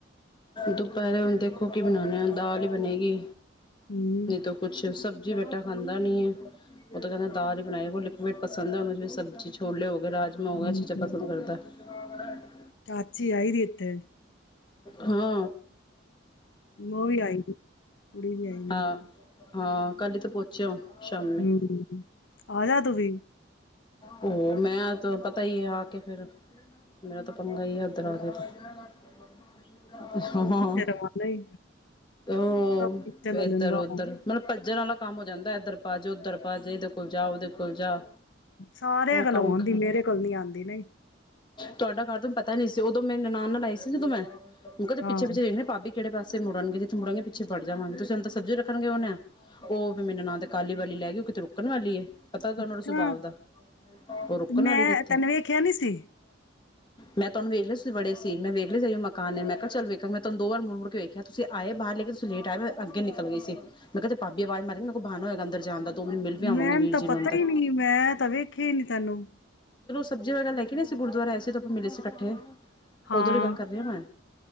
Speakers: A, on the left; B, on the left.
A: ਦੁਪਹਿਰੇ ਹੁਣ ਦੇਖੋ, ਕੀ ਬਣਾਉਣੇ ਆ ਦਾਲ ਹੀ ਬਣੇਗੀ।
B: ਹੂੰ।
A: ਨਹੀਂ ਤਾਂ ਕੁੱਛ ਸਬਜੀ - ਬੇਟਾ ਖਾਂਦਾ ਨੀ ਹੈ। ਉਹ ਤਾਂ ਕਹਿੰਦਾ ਦਾਲ ਹੀ ਬਣਾਈ ਪਸੰਦ ਹੈ। ਉਹ ਸਬਜ਼ੀ ਛੋਲੇ ਹੋਗੇ। ਰਾਜਮਾ ਹੋ ਗਏ
B: ਹੂੰ
A: ਚੀਜ਼ਾਂ ਪਸੰਦ ਕਰਦਾ। <unintelligible>
B: ਚਾਚੀ ਆਈ ਦੀ ਇੱਥੇ।
A: ਹੂ।
B: ਉਹ ਵੀ ਆਈ। ਕੁੜੀ ਵੀ ਆਈ।
A: ਹਾਂ ਹਾਂ, ਕੱਲ ਹੀ ਤਾਂ ਪਹੁੰਚੇ। ਸ਼ਾਮੀ
B: ਹੂ, ਆ ਜਾ ਤੂੰ ਵੀ।
A: ਹੂ, ਮੈਂ ਤੇ ਪਤਾ ਹੀ ਆ ਕੇ ਫਿਰ ਮੇਰਾ ਤਾਂ ਪੰਗਾ ਆ, ਓਧਰ ਆ ਕੇ ਤੇ। ਹਾਂ।
B: ਤੇਰਾ ਮਨ ਹੀ
A: ਉਹ
B: ਸਭ ਪਿੱਛੇ ਨਾ
A: ਇਧਰ-ਉਧਰ
B: ਲੰਬਾ
A: ਮਤਲਬ ਭੱਜਣ ਵਾਲਾ ਕੰਮ ਹੋ ਜਾਂਦਾ। ਇਧਰ ਪਾ ਜਾਓ ਉੱਧਰ ਪਾ ਜਾਓ ਏ ਤਾਂ ਕੋਈ- ਜਾਹ, ਉਹਦੇ ਕੋਲ ਜਾਹ।
B: ਸਾਰਿਆਂ
A: ਉਹ
B: ਕੋਲ
A: ਕੰਮ
B: ਆਉਂਦੀ
A: ਖਰਾਬ।
B: ਮੇਰੇ ਕੋਲ ਨਹੀਂ ਆਂਦੀ ਨਹੀਂ
A: ਤੁਹਾਡਾ ਘਰ ਤੁਹਾਨੂੰ ਪਤਾ ਨਹੀਂ ਸੀ। ਤੇ ਉਦੋਂ ਮੇਰੀ ਨਨਾਣ ਨੇ ਲਾਈ ਸੀ। ਸੀ ਕਿ ਮੈਂ- ਉਹ ਤਾਂ ਪਿੱਛੇ
B: ਹਾਂ
A: ਪਿੱਛੇ ਦੇਖਦੀ। ਭਾਬੀ- ਕਿਹੜੇ ਪਾਸੇ ਮੁੜਨਗੇ ਜੀ ਜਿਥੇ ਜਿਹਾ ਪਿੱਛੇ ਵੜ ਜਾਵਾਂਗੇ, ਤੇ ਸਾਨੂੰ ਤਾਂ ਸਬਜੀ ਰੱਖਣੀ ਆਉਦੀ ਆ। ਉਹ ਫਿਰ ਮੇਰੀ ਨਨਾਣ ਕਾਲੀ ਵਾਲੀ ਲੈ ਗਈ। ਉਹ ਕਿਤੇ ਰੁਕਣ ਵਾਲੀ ਹੈ। ਪਤਾ ਤਾ ਹੈ
B: ਅੱਛਾ
A: ਉਹਨਾਂ ਦੇ ਸੁਭਾਅ ਦਾ। ਉਹ ਰੁਕਣ
B: ਤੇ ਮੈਂ
A: ਵਾਲੀ ਕਿੱਥੇ।
B: ਤੈਨੂੰ ਵੇਖਿਆ ਨਹੀਂ ਸੀ
A: ਮੈਂ ਤੁਹਾਨੂੰ ਵੇਖ ਲਿਆ ਸੀ। ਵੜੇ ਸੀ। ਮੈਂ ਵੇਖ - ਇਹ ਮਕਾਨ ਨੇ ਮੈਂ ਕਿਹਾ ਚਲ ਵੇਖਣਗੇ। ਮੈਂ ਤੁਹਾਨੂੰ ਦੋ ਵਾਰ ਮੁੜ - ਮੁੜ ਕੇ ਵੇਖਿਆ। ਕਿਹਾ, ਤੁਸੀਂ ਆਏ ਬਾਹਰੋਂ ਲੇਕਿਨ ਤੁਸੀਂ ਲੇਟ ਆਏ ਹੋ। ਅੱਗੇ ਨਿਕਲ ਗਈ ਸੀ। ਮੈਂ ਕਿਹਾ ਜੇ ਭਾਬੀ ਆਵਾਜ਼ ਮਾਰੇ ਤਾਂ ਮੇਰੇ ਕੋਲ ਬਹਾਨਾ ਹੋਵੇਗਾ ਅੰਦਰ ਜਾਣ ਦਾ। ਦੋ ਮਿੰਟ ਮਿਲ ਵੀ ਆਵਾਂਗੇ
B: ਮੈਨੂੰ
A: ਵੀਰ
B: ਤਾਂ
A: ਜੀ ਨੂੰ
B: ਪਤਾ
A: ਅੰਦਰ
B: ਹੀ ਨਹੀਂ। ਮੈਂ ਤਾਂ ਵੇਖਿਆ ਹੀ ਨੀ ਤੈਨੂੰ।
A: ਸਬਜ਼ੀਆਂ ਵਗੈਰਾ ਲੈ ਕੇ ਨਹੀਂ ਆਏ ਸੀ। ਗੁਰਦੁਆਰੇ ਆਏ ਸੀ। ਉਦੋਂ ਆਪਾ ਮਿਲੇ ਸੀ ਇਕੱਠੇ।
B: ਹਾਂ।
A: ਉਦੋਂ ਦੀ <inaudible>